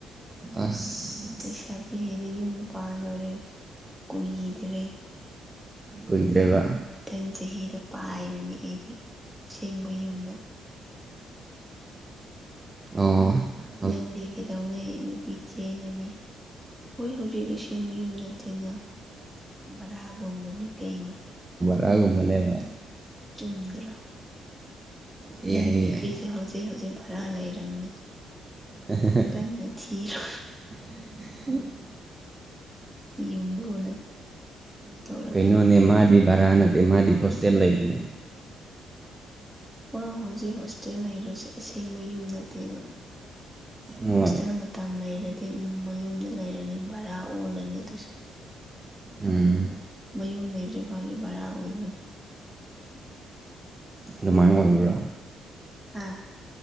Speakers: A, on the right; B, in the centre.
A: ꯑꯁ
B: ꯂꯩꯁꯥ ꯄꯤꯍꯦꯅꯦ ꯌꯨꯝ ꯄꯥꯟꯗꯧꯔꯦ ꯀꯨꯏꯗ꯭ꯔꯦ
A: ꯀꯨꯏꯗ꯭ꯔꯦꯕ
B: ꯃꯊꯪ ꯆꯍꯤꯗ ꯄꯥꯏꯔꯅꯤ ꯑꯩꯗꯤ ꯑꯁꯦꯡꯕꯩ ꯌꯨꯝꯗ
A: ꯑꯥꯪꯚ
B: ꯅꯪꯗꯤ ꯀꯩꯗꯧꯅꯩ ꯅꯨꯄꯤ ꯆꯦꯅꯒꯅꯤ ꯍꯣꯏ ꯍꯧꯖꯤꯛ ꯑꯁꯦꯡꯕ ꯌꯨꯝ ꯅꯠꯇꯦꯅ ꯕꯔꯥꯒꯨꯝꯕꯅꯦ ꯀꯩꯅꯣ
A: ꯇꯥꯒꯨꯝ ꯃꯅꯦꯕ
B: ꯆꯨꯝꯗ꯭ꯔꯣ
A: ꯌꯥꯏ
B: ꯅꯪꯒꯤ ꯅꯨꯄꯤꯁꯨꯦ
A: ꯌꯥꯏ
B: ꯍꯧꯖꯤꯛ ꯍꯧꯖꯤꯛ ꯚꯔꯥ ꯂꯩꯔꯕꯅꯤ
A: ꯍ
B: ꯀꯟꯅ ꯊꯤꯔ
A: <unintelligible>
B: ꯌꯨꯝꯕꯨꯅ ꯇꯥꯟꯊꯣꯔꯛꯀꯅꯤ
A: ꯀꯩꯅꯣꯅꯦ ꯃꯥꯗꯤ ꯚꯔꯥ ꯅꯠꯇꯦ ꯃꯥꯗꯤ ꯍꯣꯁꯇꯦꯜ ꯂꯩꯕꯅꯦ
B: ꯃꯥ ꯍꯧꯖꯤꯛ ꯍꯣꯁꯇꯦꯜ ꯂꯩꯔꯁꯦ ꯑꯁꯦꯡꯕ ꯌꯨꯝ ꯅꯠꯇꯦꯕ
A: ꯍꯣꯏ
B: ꯍꯣꯁꯇꯦꯜ ꯃꯇꯝ ꯂꯩꯔꯗꯤ ꯃꯌꯨꯝꯗ ꯂꯩꯔꯅꯤ ꯕꯔꯥ ꯑꯣꯜꯂꯅꯤ ꯑꯗꯨꯁꯨ
A: ꯎꯝ
B: ꯃꯌꯨꯝ ꯂꯩꯗ꯭ꯔꯤ ꯐꯥꯎꯗꯤ ꯕꯔꯥ ꯑꯣꯏꯕꯅꯤ
A: ꯑꯗꯨꯃꯥꯏꯅ ꯑꯣꯏꯕ꯭ꯔꯥ
B: ꯍꯥ